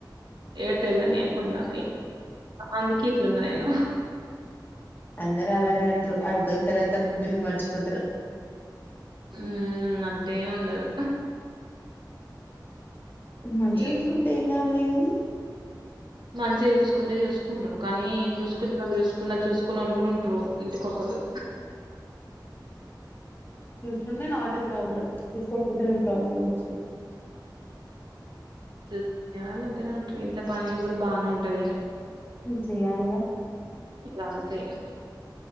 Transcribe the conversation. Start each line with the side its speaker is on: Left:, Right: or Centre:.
Right: ఎటు ఏళ్లనీయకుండా అందుకే ఇట్లున్నా నేను
Left: అందరు అలానే అంటరు అడుకు పోయిన తర్వాత పుట్టిలు మర్చిపోతారు
Right: ఉ అట్లెం ఉండదు
Left: మంచి
Right: ఇగ
Left: చసుకుంటే ఏం కాలే గని
Right: మంచిగా చూసుకుంటే చూసుకుంటారు కానీ చూసుకున్న వాళ్ళు చూసుకోనోళ్ళు కూడ ఉంటారు ఇంటి కొక్కలు
Left: చూసుకుంటే నాట్ ఏ ప్రాబ్లమ్ చూసుకోకపోతేనే ప్రాబ్లం వచ్చేది
Right: చూసుకునే వాళ్ళు అంటనే ఉంటారు ఇంట్లో పని కూడా బానే ఉంటది ఇగ
Left: చెయ్యాలీగా
Right: ఇగ అంతే ఇగ